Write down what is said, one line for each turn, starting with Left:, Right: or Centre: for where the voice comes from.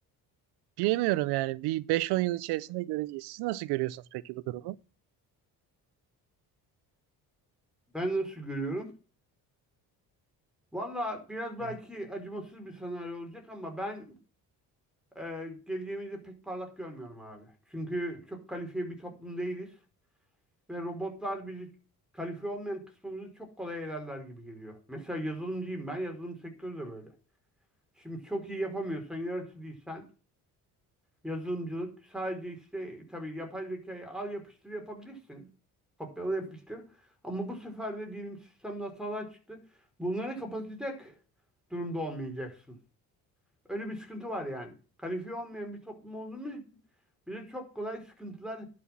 Right: Bilemiyorum yani bir 5-10 yıl içerisinde göreceğiz. Siz nasıl görüyorsunuz peki bu durumu?
Centre: Ben nasıl görüyorum? Valla biraz belki
Right: Evet.
Centre: acımasız bir senaryo olacak ama ben e, geleceğimizi pek parlak görmüyorum abi. Çünkü çok kalifiye bir toplum değiliz ve robotlar bizi kalifiye olmayan kısmımızı çok kolay elerler gibi geliyor. Mesela yazılımcıyım ben, yazılım sektörü de böyle. Şimdi çok iyi yapamıyorsan, yaratıcı değilsen yazılımcılık sadece işte tabii yapay zekayı al yapıştır yapabilirsin. Kopyala yapıştır. Ama bu sefer de diyelim sistemde hatalar çıktı. Bunları kapatacak durumda olmayacaksın. Öyle bir sıkıntı var yani. Kalifiye olmayan bir toplum olduğumuz için bize çok kolay sıkıntılar